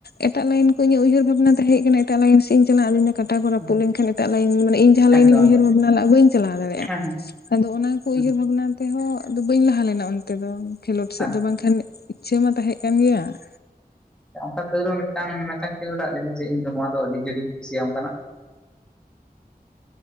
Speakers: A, on the left; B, in the centre.
A: ᱮᱴᱟᱜ ᱞᱟᱭᱤᱱ ᱠᱚ ᱤᱧᱟᱹᱜ ᱩᱭᱦᱟᱹᱨ ᱵᱷᱟᱵᱽᱱᱟ ᱛᱟᱦᱮᱸᱮᱡ ᱠᱟᱱᱟ ᱮᱴᱟᱜ ᱞᱟᱭᱤᱱ ᱥᱜ ᱤᱧ ᱪᱟᱞᱟᱜ ᱟᱹ <inaudible> ᱠᱟᱴᱟ ᱠᱚ
B: ᱦᱮᱸ
A: ᱨᱟᱹᱯᱫ ᱞᱮᱱᱠᱷᱟᱱ ᱮᱴᱟᱜ ᱞᱟᱹᱭᱤᱱ ᱢᱟᱱᱮ ᱤᱧ ᱡᱟᱦᱟᱸ
B: ᱮᱠᱫᱚᱢ
A: ᱞᱟᱹᱭᱤᱱ ᱤᱧ ᱩᱭᱦᱟᱹᱨ
B: ᱮᱠᱫᱚᱢ
A: ᱵᱷᱟᱱᱟ ᱞᱟᱜ ᱟ ᱵᱟᱹᱧ ᱪᱟᱞᱟᱣ ᱫᱟᱲᱮᱭᱟᱜᱼᱟ
B: ᱦᱮᱸ
A: ᱾
B: ᱦᱮᱸ
A: ᱟᱫᱚ ᱚᱱᱟ ᱠᱚ
B: ᱦᱮᱸ
A: ᱩᱭᱦᱟᱹᱨ ᱵᱷᱟᱵᱱᱟ ᱛᱮᱦᱚᱸ ᱟᱫᱚ ᱵᱟᱹᱧ ᱞᱟᱦᱟ ᱞᱮᱱᱟ ᱚᱱᱛᱮ ᱫᱚ ᱠᱷᱮᱞᱳᱰ ᱥᱮᱫ
B: ᱟᱪᱪᱷᱟ
A: ᱫᱚ ᱵᱟᱝᱠᱷᱟᱱ ᱤᱪ-ᱪᱷᱟᱹ ᱢᱟ ᱛᱟᱦᱮᱸᱜ ᱠᱟᱱ ᱜᱮᱭᱟ ᱾
B: ᱚᱱᱠᱟ ᱛᱟᱣ ᱨᱮᱦᱚᱸᱢᱤᱫᱴᱟᱝ ᱢᱤᱫᱴᱟᱝ ᱠᱷᱮᱞᱳᱰᱟᱜ ᱞᱟᱹᱭ ᱢᱮ ᱡᱮ ᱤᱧ ᱫᱚ ᱱᱚᱣᱟ ᱫᱚ ᱟᱹᱰᱤ ᱡᱳᱨᱤᱧ ᱠᱩᱥᱤᱭᱟᱢ ᱠᱟᱱᱟ ᱾